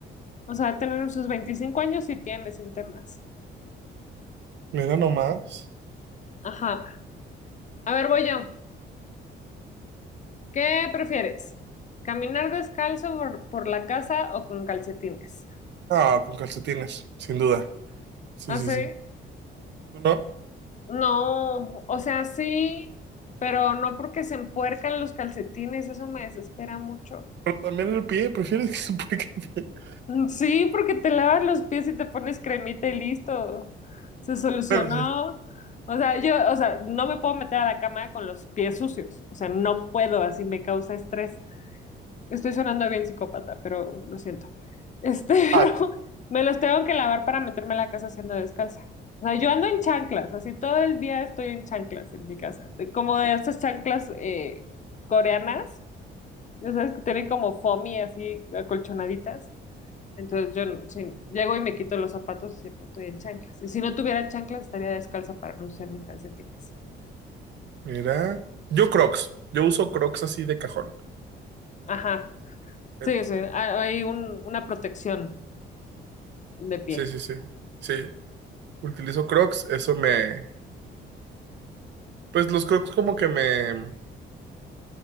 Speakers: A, on the left; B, on the right.
A: o sea, tener sus 25 años y tiene sin temas.
B: Me da nomás.
A: Ajá. A ver, voy yo. ¿Qué prefieres? ¿Caminar descalzo por, por la casa o con calcetines?
B: Ah, con calcetines, sin duda. Sí,
A: Así,
B: sí, sí. ¿Tú no?
A: no, o sea, sí, pero no porque se empuercan los calcetines, eso me desespera mucho.
B: Pero también el pie, prefieres que suponga que <laughs> el pie.
A: Sí, porque te lavas los pies y te pones cremita y listo. Se solucionó.
B: Pero sí.
A: O sea, yo, o sea, no me puedo meter a la cama con los pies sucios. O sea, no puedo, así me causa estrés. Estoy sonando bien psicópata, pero lo siento. Este, <laughs>
B: Ah,
A: pero
B: está.
A: me los tengo que lavar para meterme a la casa siendo descalza. O sea, yo ando en chanclas, así todo el día estoy en chanclas en mi casa. De- Como de estas chanclas eh, coreanas, ya sabes que tienen como foamy así acolchonaditas. Entonces yo sí, llego y me quito los zapatos y siempre estoy en chanclas. Y si no tuviera chanclas, estaría descalza para no usar mis calcetines.
B: Mira. Yo Crocs. Yo uso Crocs así de cajón.
A: Ajá.
B: Entonces,
A: Sí, o ha- hay un- una protección de pie.
B: sí, sí, sí. Sí. Utilizo Crocs. Eso me. Pues los Crocs como que me.